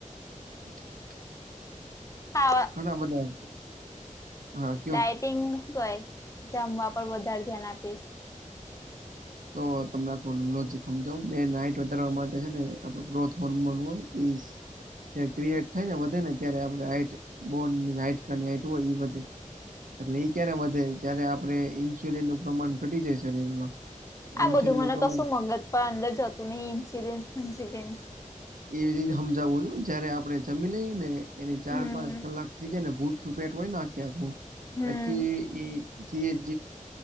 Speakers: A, on the right; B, on the left.
A: <unintelligible>
B: હા.
A: ના બધા. હા કયો
B: ડાયટિંગ કઈ જમવા પર વધારે ધ્યાન આપીશ.
A: તો તમને આ લોજીક સમજાવુ, મેઇન હાઇટ વધારવા માટે છે ને, આપણું ગ્રોથ હોર્મોન હોય. ક્રિએટ થાય ને, વધે ને, ત્યારે આપણે હાઈટ બોનની હાડકા ની હાઈટ હોય એ વધે. એટલે એઈ ક્યારે વધે, જયારે આપણે ઈન્સ્યુલિન નું પ્રમાણ ઘટી જાય શરીરમાં.
B: આ
A: ઇન્સ્યુલિન
B: બધું મને
A: નું પ્રમાણ
B: કશું મગજ પણ અંદર જતું નહિં, ઇન્સુરિઅન્સ ફિન્સુરિઅન્સ.
A: એવી રીતે સમજાવું છું, જયારે આપણે જમી લઈએ ને, એની ચાર-પાંચ
B: હમ
A: કલાક. ને ભૂખૂપેટ હોય ને, ત્યાર નુ હું
B: હમ
A: પછી એ